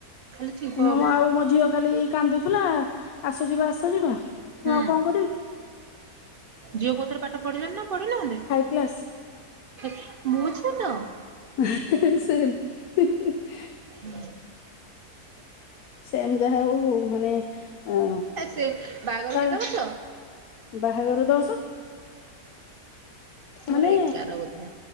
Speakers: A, on the right (about 65°); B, on the left (about 70°).
A: ଖାଲି ଛିଙ୍କ
B: ମୁଁ
A: ହବ
B: ଆଉ ମୋ ଝିଅ ଖାଲି। କାନ୍ଦୁଥିଲା ଆସ ଯିବା, ଆସ ଯିବା ମୁଁ
A: ହୁଁ
B: ଆଉ କ'ଣ କରିବି।
A: ଝିଅ କୋଉଥିରେ ପାଠ ପଢ଼ିଲେ ନା ପଢିନାହାନ୍ତି।
B: Five class.
A: ଦେଖି ମୋ ଝିଅ ତ।
B: <unintelligible>
A: ହୁଁ।
B: <unintelligible> ସେମ ଯାହା ହଉ ମାନେ ଅ
A: ସେ ବାହାଘର
B: ତା।
A: କେତେ ବର୍ଷ?
B: ବାହାଘର ଦଶ। ମାନେ
A: ମୋର ଏଗାର ବୋଧେ